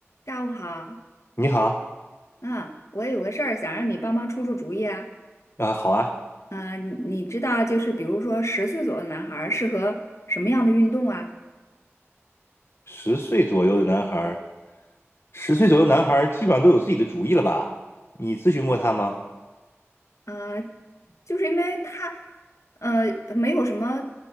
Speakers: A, on the left (about 75°); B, on the left (about 55°).
A: 下午好，
B: 你好
A: 嗯，我有个事儿想让你帮忙出出主意啊。
B: 啊，好啊，
A: 嗯、你你知道就是比如说十岁左右的男孩儿适合什么样的运动啊？
B: 十岁左右的男孩儿，十岁左右男孩儿基本上都有自己的主意了吧？你咨询过他吗？
A: 呃，就是因为他，呃，没有什么